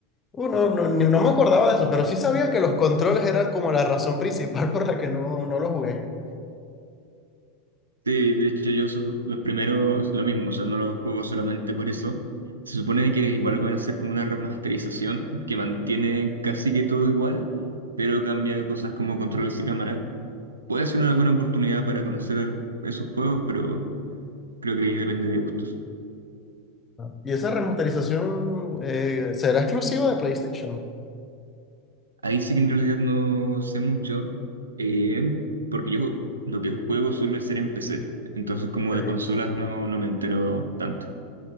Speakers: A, on the left (about 25°); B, on the right (about 85°).
A: Uh, no, no, ni- no me acordaba de eso, pero sí sabía que los controles eran como la razón principal por la que no, no lo jugué.
B: Sí, de hecho yo su- los primeros lo mismo, o sea, no los juego solamente por eso. Se supone que igual van a ser como una remasterización que mantiene casi que todo igual, pero cambia cosas como controles y cámara. Puede ser una buena oportunidad para conocer el- esos juegos, pero creo que ahí depende de gustos.
A: Ah, ¿Y esa remasterización eh, será exclusiva de PlayStation?
B: Ahí sí que en realidad no sé mucho, eh, porque yo lo que juego suele ser en PC, entonces como
A: ok.
B: de consolas no, no me entero tanto.